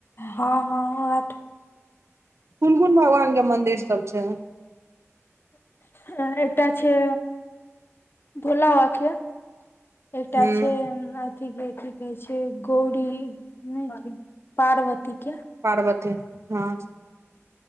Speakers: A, on the left; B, on the right.
A: हँ हँ ओहे
B: कुन कुन भगवान के मंदिर सब छै
A: ह एकटा छै भोला आखे एकटा
B: हूँ
A: छै अं अथी के कि कहै छै गौरी नहि छै पार्वती के
B: पार्वती हँ